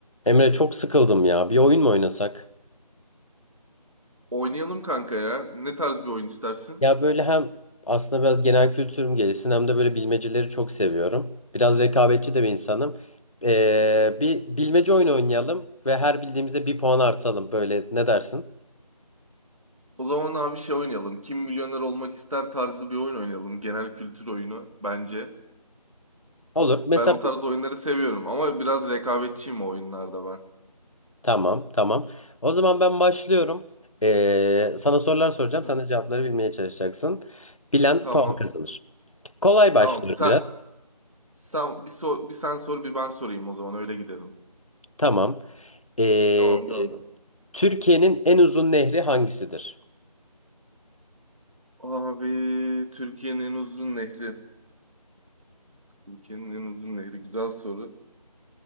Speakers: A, on the left; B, on the right.
A: Emre çok sıkıldım ya. Bir oyun mu oynasak?
B: Oynayalım kanka ya. Ne tarz bir oyun istersin?
A: Ya böyle hem aslında biraz genel kültürüm gelişsin hem de böyle bilmeceleri çok seviyorum. Biraz rekabetçi de bir insanım. Ee, bir bilmece oyunu oynayalım ve her bildiğimizde bir puan artalım. Böyle ne dersin?
B: O zaman abi şey oynayalım. Kim milyoner olmak ister tarzı bir oyun oynayalım. Genel kültür oyunu bence.
A: Olur. Mesela
B: Ben o tarz oyunları seviyorum ama biraz rekabetçiyim o oyunlarda ben.
A: tamam tamam. O zaman ben başlıyorum. Ee, sana sorular soracağım.
B: Yani,
A: Sen de cevapları bilmeye çalışacaksın. Bilen
B: tamam.
A: puan kazanır. Kolay başlıyorum
B: Tamam. Sen,
A: biraz.
B: sen bir, so- bir sen sor bir ben sorayım o zaman öyle gidelim.
A: Tamam. Ee,
B: Tamam gönder.
A: Türkiye'nin en uzun nehri hangisidir?
B: Abi Türkiye'nin en uzun nehri. Türkiye'nin en uzun nehri. Güzel soru.